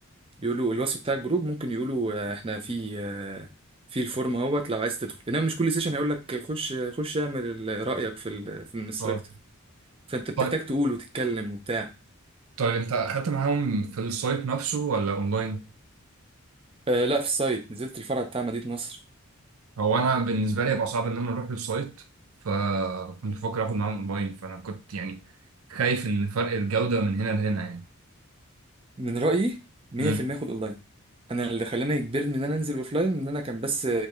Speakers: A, on the right (about 25°); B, on the right (about 75°).
A: يقولوا الوصف بتاع الجروب ممكن يقولوا آه، احنا في آه، في الفورم اهوت لو عايز تدخل انما مش كل سيشن هيقول لك خش خش اعمل ال- رايك في ال في الانستراكتور
B: اه
A: فانت بتحتاج
B: طيب
A: تقول وتتكلم وبتاع
B: طيب انت اخدت معاهم في السايت نفسه ولا اونلاين
A: آه لا في السايت نزلت الفرع بتاع مدينه نصر
B: هو انا بالنسبه لي هيبقى صعب ان انا اروح للسايت فكنت بفكر اخد معاهم اونلاين فانا كنت يعني خايف ان فرق الجوده من هنا لهنا يعني
A: من رأيي 100%
B: امم
A: خد اونلاين انا اللي خلاني يجبرني ان انا انزل اوفلاين ان انا كان بس